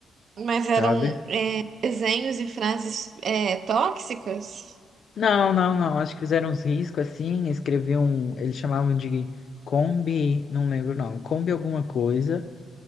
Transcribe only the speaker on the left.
sabe?
Não, não, não. Acho que fizeram uns riscos assim, escreviam, eles chamavam de Kombi, não lembro o nome, Kombi alguma coisa.